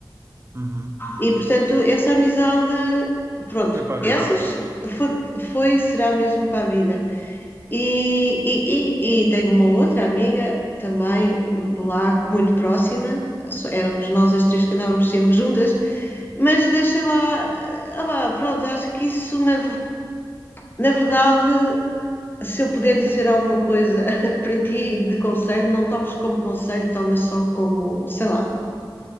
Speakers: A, on the right; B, on the left.
A: uhum.
B: E portanto, essa amizade, pronto,
A: Foi para a
B: essas
A: vida.
B: foi, foi será mesmo para a vida. E, e, e, e tenho uma outra amiga também de lá, muito próxima, éramos nós as três que andávamos sempre juntas, mas deixei lá, ah, vá, pronto, acho que isso na, na verdade se eu puder dizer alguma coisa <laughs> para ti de conselho, não tomes como conselho, tomas só como, sei lá,